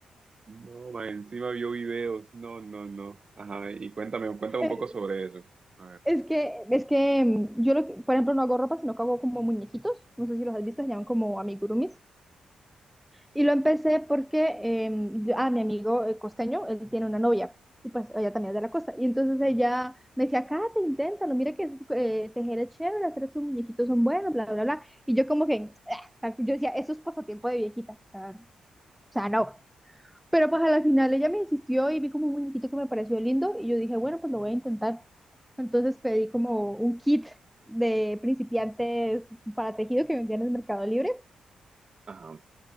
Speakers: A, on the right (about 45°); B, in the centre.
A: No, ma, encima vio videos. No, no, no. Ajá, y cuéntame, cuéntame
B: Eh,
A: un poco sobre eso. A ver.
B: Es que, es que mm, yo, lo por ejemplo, no hago ropa, sino que hago como muñequitos. No sé si los has visto, se llaman como amigurumis. Y lo empecé porque eh, yo- ah, mi amigo eh, costeño, él tiene una novia. Y pues ella también es de la costa. Y entonces ella me decía, Kate, inténtalo, mira que eh, tejer es chévere, hacer estos muñequitos son buenos, bla, bla, bla. Y yo como que, "Ah", o sea, yo decía, eso es pasatiempo de viejita. O sea, o sea, no. Pero pues a la final ella me insistió y vi como un muñequito que me pareció lindo y yo dije, bueno, pues lo voy a intentar. Entonces pedí como un kit de principiantes para tejido que vendían en el Mercado Libre
A: Ajá.